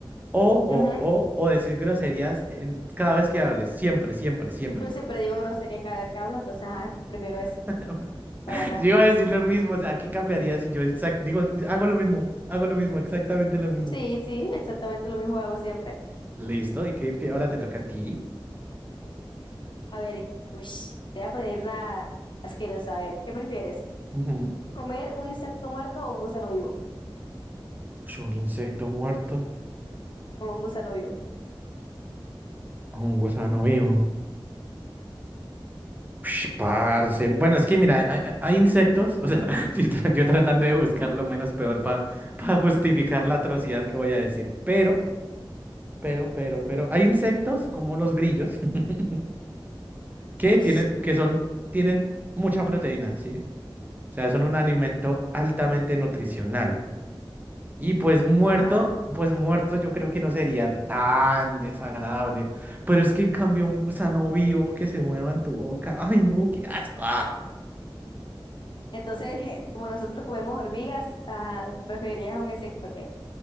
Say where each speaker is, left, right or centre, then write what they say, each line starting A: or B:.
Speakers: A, on the right; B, on the left.
A: O, o,
B: ujú.
A: o, o decir groserías en- cada vez que hables, siempre, siempre, siempre.
B: Yo siempre digo grosería cada vez que hablo, entonces ajá, prefiero esa,
A: <laughs>
B: la verdad.
A: Yo iba a decir lo mismo, o sea, ¿qué cambiaría si yo exact- digo, hago lo mismo, hago lo mismo, exactamente lo mismo?
B: Sí, sí, exactamente lo mismo hago siempre.
A: Listo, y que, que ahora te toca a ti.
B: A ver, uy, te voy a poner una asquerosa. A ver, ¿qué prefieres?
A: Ujú.
B: ¿Comer un insecto muerto o un gusano vivo?
A: Pues un insecto muerto
B: O un gusano vivo.
A: a un gusano vivo. Ush, parce. Bueno, es que mira, hay, hay- hay insectos, o sea, <laughs> yo, tra- yo tratando de buscar lo menos peor para justificar la atrocidad que voy a decir, pero, pero, pero, pero, hay insectos como los grillos <laughs> que
B: Uy,
A: tienen, que son, tienen mucha proteína, ¿sí? O sea, son un alimento altamente nutricional. Y pues muerto,
B: ajá.
A: pues muerto yo creo que no sería tan desagradable. Pero es que en cambio un gusano vivo que se mueva en tu boca. Ay, no, qué asco.
B: Entonces, <laughs> como nosotros comemos hormigas, ajá, preferirías un insecto qué